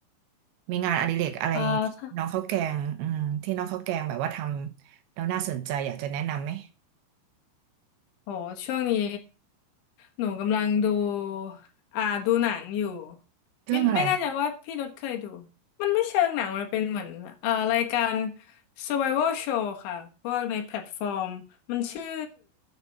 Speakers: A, on the right (about 75°); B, on the left (about 75°).
A: มีงานอดิเรกอะไรที่น้องข้าวแกงอืมที่น้องข้าวแกงแบบว่าทำแล้วน่าสนใจอยากจะแนะนำไหม
B: เอ่อถ้า โหช่วงนี้หนูกำลังดูอ่าดูหนังอยู่
A: เรื่องอะไรอะ
B: ไม่ไม่แน่ใจว่าพี่นุชเคยดูมันไม่เชิงหนังมันเป็นเหมือนเอ่อรายการ Survival Show ค่ะพวกในแพลตฟอร์มมันชื่อ